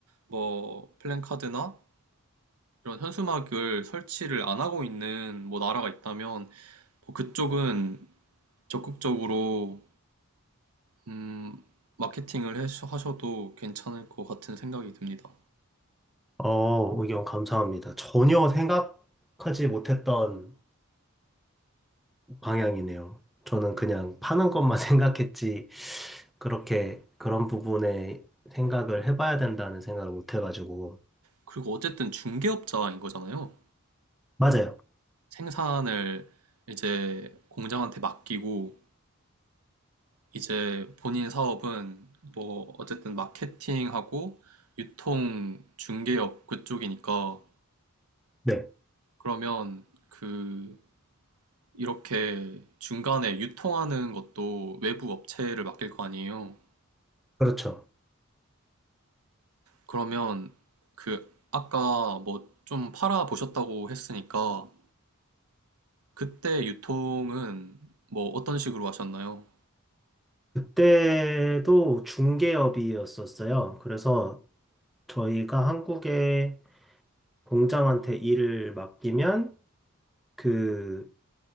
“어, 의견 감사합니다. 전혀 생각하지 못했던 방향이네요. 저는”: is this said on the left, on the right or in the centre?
Centre